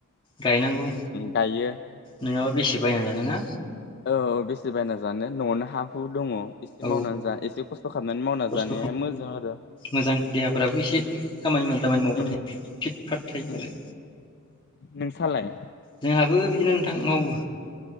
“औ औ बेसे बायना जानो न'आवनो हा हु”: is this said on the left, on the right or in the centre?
Left